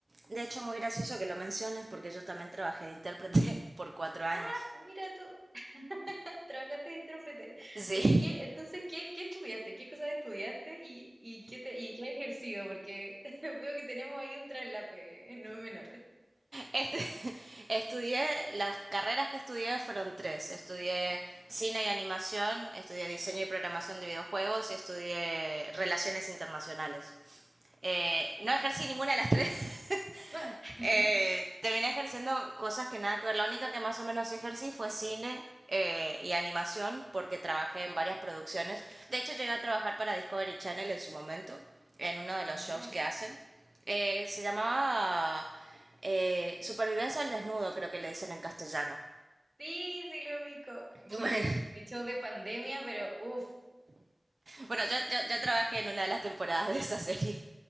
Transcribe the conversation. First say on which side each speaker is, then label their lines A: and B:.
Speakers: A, on the right; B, on the right.
A: De hecho, muy gracioso que lo menciones porque yo también trabajé de intérprete <laughs> por cuatro años.
B: Ah, Mira tú, <laughs> trabajaste de intérprete.
A: Sí.
B: Oye, ¿qué, entonces, ¿qué, qué estudiaste? ¿Qué cosas estudiaste y, y, qué te, y en qué has ejercido? Porque <laughs> veo que tenemos ahí un traslape, no menor.
A: Estu- <laughs> estudié, las carreras que estudié fueron tres. Estudié cine y animación, estudié diseño y programación de videojuegos y estudié relaciones internacionales. Eh, no ejercí ninguna de las tres, <laughs>
B: <laughs>
A: eh, terminé ejerciendo cosas que nada que ver. La única que más o menos sí ejercí fue cine eh, y animación porque trabajé en varias producciones. De hecho, llegué a trabajar para Discovery Channel en su momento, en uno de
B: Mira.
A: los shows que hacen. Eh, se llamaba eh, Supervivencia al Desnudo, creo que le dicen en castellano.
B: Sí, sí lo ubico.
A: <laughs>
B: Fue
A: Bueno,
B: mi, mi show de pandemia, pero uff,
A: bueno yo, yo, yo trabajé en una de las temporadas de esa serie.